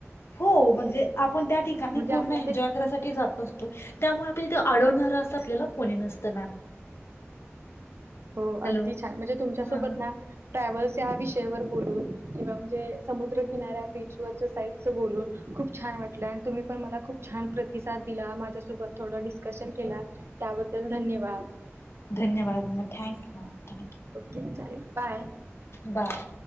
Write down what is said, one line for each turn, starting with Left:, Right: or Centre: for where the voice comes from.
Left: हो म्हणजे आपण त्या ठिकाणी
Right: म्हणजे
Left: पूर्ण
Right: आपला
Left: एन्जॉय
Right: ते
Left: करायसाठी जात असतो त्यामुळे आपण अडवणारं असं आपल्याला कोणी नसतं मॅम आप
Right: हो
Left: हॅलो
Right: अगदी छान म्हणजे तुमच्या सोबत
Left: हां
Right: ना ट्रॅव्हल्स या विषयावर बोलून किंवा म्हणजे समुद्रकिनाऱ्या बीचवरच्या साईडच बोलून खूप छान वाटलं तुम्ही पण मला खूप छान प्रतिसाद दिला माझ्यासोबत थोडा डिस्कशन केला बद्दल धन्यवाद.
Left: धन्यवाद आणि थँक्यू. थँक्यू
Right: ओके चा बाय
Left: बाय